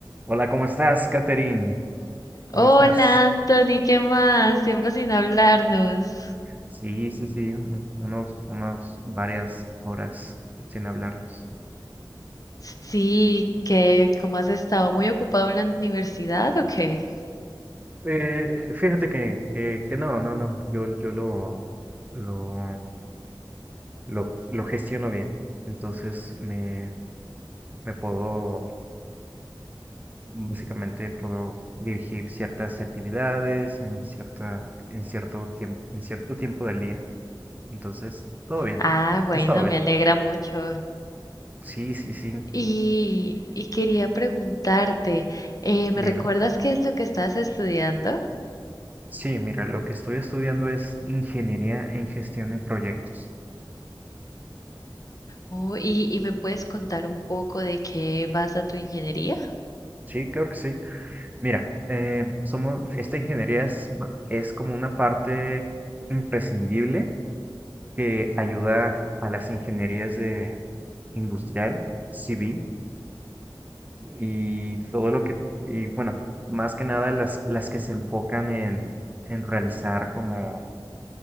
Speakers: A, on the right; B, on the left.
A: Hola, ¿cómo estás, Katherine? ¿Cómo
B: Hola
A: estás?
B: Anthony, ¿qué más? Tiempo sin hablarnos.
A: Sí, sí, sí, un- unos, unos varias horas sin hablarnos.
B: Sí, ¿qué? ¿Cómo has estado? ¿Muy ocupado en la universidad o qué?
A: Eh, fíjate que, que, que no, no, no, yo, yo lo, lo, lo, lo gestiono bien. Entonces me, me puedo, básicamente puedo dirigir ciertas actividades en cierta, en cierto tiempo, en cierto tiempo del día. Entonces, todo bien,
B: Ah, bueno,
A: he estado bien.
B: me alegra mucho.
A: Sí, sí, sí,
B: Y, y quería preguntarte, eh, ¿me
A: dime.
B: recuerdas qué es lo que estás estudiando?
A: Sí, mira, lo que estoy estudiando es ingeniería en gestión de proyectos.
B: Oh, y, y me puedes contar un poco de qué vas a tu ingeniería?
A: Sí, claro que sí. Mira, eh, somos, esta ingeniería es, ba- es como una parte imprescindible que ayuda a las ingenierías de industrial, civil y todo lo que, y bueno, más que nada las, las que se enfocan en, en realizar como